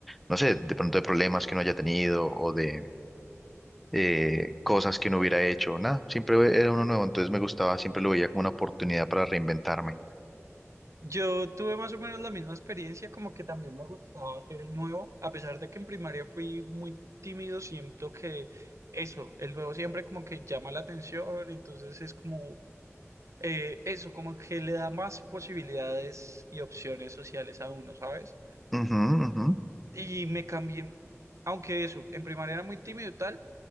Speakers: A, in the centre; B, on the right.
A: no sé, de pronto de problemas que uno haya tenido o de eh, cosas que no hubiera hecho, nada, siempre era uno nuevo, entonces me gustaba, siempre lo veía como una oportunidad para reinventarme.
B: Yo tuve más o menos la misma experiencia, como que también me gustaba ser el nuevo, a pesar de que en primaria fui muy tímido, siento que eso, el nuevo siempre como que llama la atención, entonces es como eh, eso, como que le da más posibilidades y opciones sociales a uno, ¿sabes?
A: Ujú, ujú,
B: Y me cambié, aunque eso, en primaria era muy tímido y tal,